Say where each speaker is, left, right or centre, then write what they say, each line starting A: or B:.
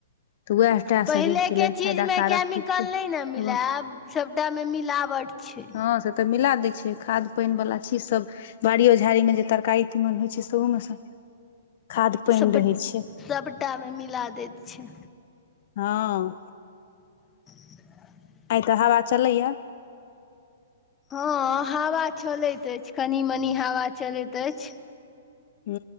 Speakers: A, on the left (about 55°); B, on the left (about 20°).
A: तऽ उएहटा
B: पहिलेके
A: शरीरके लेल
B: चीज
A: फायदाकारक
B: मे केमिकल
A: होइ छै
B: नहि ने मिले आब सभटा मे मिलावट छै
A: हँ से तऽ मिला दै छै खाद पानिवला चीज सभ बाड़ियो झाड़ी मे जे तरकारी तीमन होइ छै सेहो मे सब खाद पानि
B: सब
A: रहै छै
B: सभटामे मिला दैत छै।
A: हँ
B: <inaudible>
A: आइ त हवा चलैया
B: हँ हवा चलैत अछि कनि मनी हवा चलैत अछि
A: ह